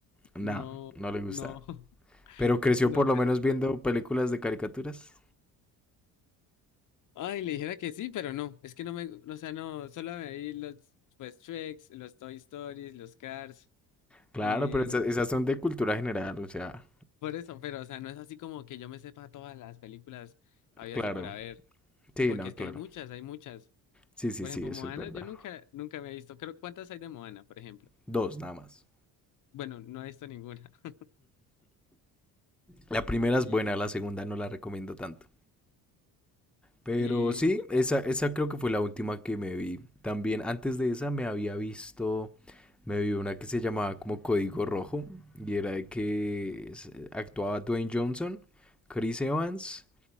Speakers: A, in the centre; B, on the left (about 55°).
A: No,
B: no,
A: no le gusta.
B: no, <laughs>
A: Pero creció
B: no,
A: por lo
B: casi
A: menos
B: nunca
A: viendo
B: veo.
A: películas de caricaturas.
B: Ay, le dijera que sí, pero no, es que no me, o sea, no, solo me vi los, pues, Tricks, los Toy Stories, los Cars,
A: Claro,
B: y
A: pero esas, esas son de cultura general, o sea,
B: por eso, pero, o sea, no es así como que yo me sepa todas las películas habidas
A: claro.
B: y por haber,
A: Sí,
B: porque
A: no,
B: es
A: claro.
B: que hay muchas, hay muchas.
A: Sí, sí,
B: Por
A: sí,
B: ejemplo,
A: eso
B: Moana,
A: es verdad.
B: yo nunca, nunca me he visto, creo, ¿cuántas hay de Moana, por ejemplo?
A: Dos, nada más.
B: Bueno, no he visto ninguna. <laughs>
A: La primera
B: Y,
A: es buena, la segunda no la recomiendo tanto. Pero
B: y,
A: sí,
B: y
A: esa,
B: ya.
A: esa creo que fue la última que me vi. También antes de esa me había visto, me vi una que se llamaba como Código Rojo y era de que se- actuaba Dwayne Johnson, Chris Evans